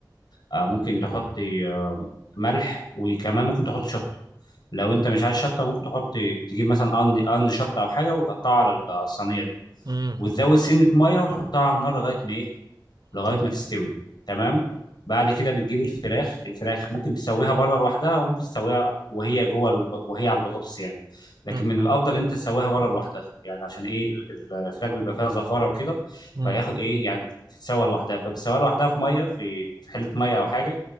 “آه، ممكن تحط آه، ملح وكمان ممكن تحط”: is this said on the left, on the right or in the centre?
Left